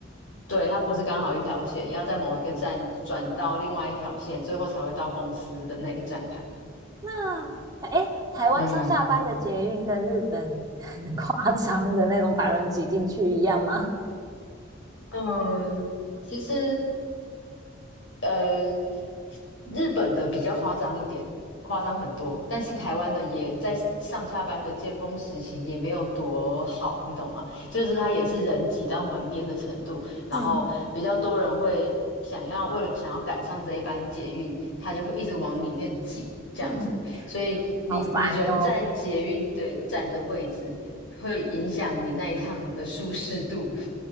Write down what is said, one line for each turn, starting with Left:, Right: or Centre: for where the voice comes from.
Left: 对，它不是刚好一条线，要在某一个站转到另外一条线，最后才会到公司的那个站牌。
Right: 那台哎，台湾上下班的捷运跟日本很夸张的那种把人挤进去一样吗？
Left: 嗯嗯，其实呃，日本的比较夸张一点，夸张很多，但是台湾的也在上下班的尖峰时期也没有多好，
Right: 嗯
Left: 你懂吗？就是它也是人挤到门边的程度，然后比较多人会想要为了想要赶上这一班捷运，
Right: <laughs> 嗯
Left: 他就会一直往里面挤这样子，
Right: 嗯，
Left: 所以你你人在捷运对站的位置会影响你那一趟的舒适度。
Right: 好烦哦，